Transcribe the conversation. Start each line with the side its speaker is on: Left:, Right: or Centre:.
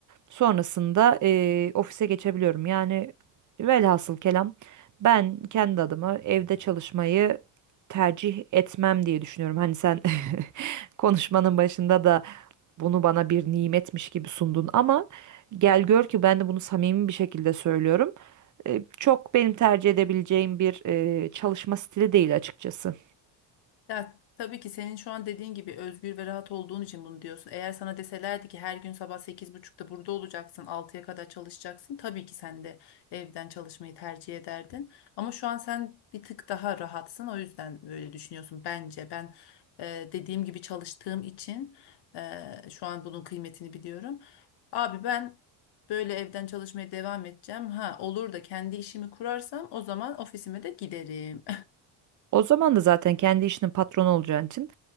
Right: Sonrasında e, ofise geçebiliyorum. Yani velhasıl kelam ben kendi adıma evde çalışmayı tercih etmem diye düşünüyorum. Hani sen Konuşmanın başında da bunu bana bir nimetmiş gibi sundun ama gel gör ki ben de bunu samimi bir şekilde söylüyorum. E, çok benim tercih edebileceğim bir e, çalışma stili değil açıkçası.
Left: Ya tabii ki senin şu an dediğin gibi özgür ve rahat olduğun için bunu diyorsun. Eğer sana deselerdi ki her gün sabah sekiz buçukta burada olacaksın, altıya kadar çalışacaksın. Tabii ki sen de evden çalışmayı tercih ederdin. Ama şu an sen bir tık daha rahatsın. O yüzden böyle düşünüyorsun bence. Ben e, dediğim gibi çalıştığım için e, şu an bunun kıymetini biliyorum. Abi ben böyle evden çalışmaya devam edeceğim. Ha olur da kendi işimi kurarsam o zaman ofisime de giderim.
Right: O zaman da zaten kendi işinin patronu olacağın için